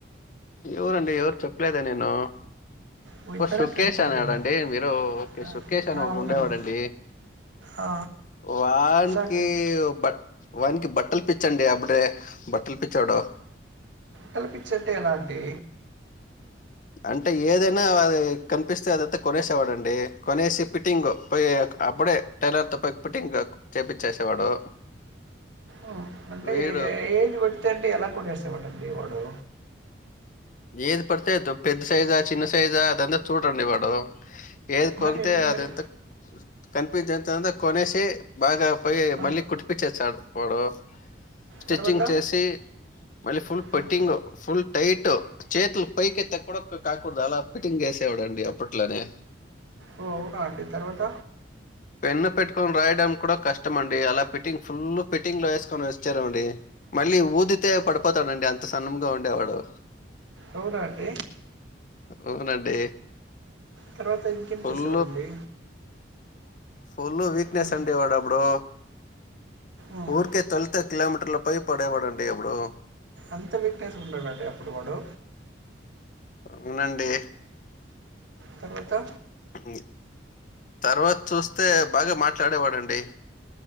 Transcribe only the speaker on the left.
ఎవరండి ఎవరు చెప్పలేదే నేను
ఓ సుకేష్
అనేవాడండి
మీరు ఒకే
సుకేష్ అనేవాడు
ఒకడు ఉండేవాడండి
వాన్కి
బ వానికి బట్టలు పిచ్చండి అప్పుడే బట్టలు పిచ్చోడు
అంటే ఏదైనా అది కనిపిస్తే అదంతా కొనేసేవాడండి కొనేసి ఫిట్టింగ్ పోయ్యేక్ అప్పుడే టైలర్ త పైక్ పెట్టి ఇంకా చేపిచ్చేసేవాడు
వీడు
ఏది పడితే అదొ పెద్ద సైజా చిన్న సైజా అదంతా చూడండి వాడు ఏది కొతే
అదంతా
కనిపించేంతంత కొనేసి బాగా పై
మళ్ళీ కుటిపి చేసాడు వాడు స్టిచ్చింగ్
చేసి మళ్ళీ ఫుల్
పటింగ్ ఫుల్ టైట్ చేతులు పైకేత్తా కూడా ఒ కాకూడదు అలా ఫిటింగ్ చేసేవాడండి అప్పట్లోనే
పెన్ను పెట్టుకొన్ రాయడం కూడా కష్టమండి అలా ఫిట్టింగ్ ఫుల్ ఫిట్టింగ్ లో ఏసుకొని వెచ్చారమండి మళ్ళీ ఊదితే పడిపోతాడుండి అంత సన్నం గా ఉండేవాడు
అవునండి
ఫుల్
ఫుల్లు వీక్నెస్
అండి వాడప్పుడు
ఊరికే తొల్లితే కిలోమీటర్ల పై పడేవాడండి అప్పుడు
వునండి
ఉ తర్వాత్ చూస్తే బాగా మాట్లాడే వాడండి